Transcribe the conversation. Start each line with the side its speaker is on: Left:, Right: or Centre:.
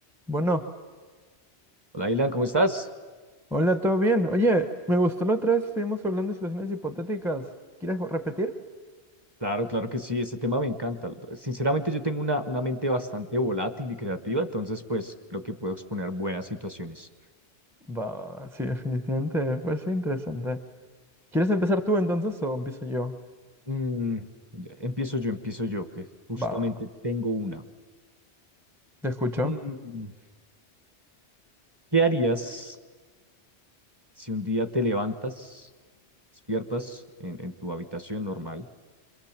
Centre: Bueno,
Right: Hola, Ilan, ¿cómo estás?
Centre: hola, ¿todo bien? Oye, me gustó la otra vez, estuvimos hablando de situaciones hipotéticas. ¿Quieres vo- repetir?
Right: Claro, claro que sí, este tema me encanta. Sinceramente, yo tengo una, una mente bastante volátil y creativa, entonces, pues, creo que puedo exponer buenas situaciones.
Centre: Va, sí, definitivamente, parece interesante. ¿Quieres empezar tú entonces o empiezo yo?
Right: Mm, empiezo yo, empiezo yo, que justamente
Centre: Va,
Right: tengo una.
Centre: te escucho.
Right: Mm, ¿qué harías si un día te levantas, despiertas en, en tu habitación normal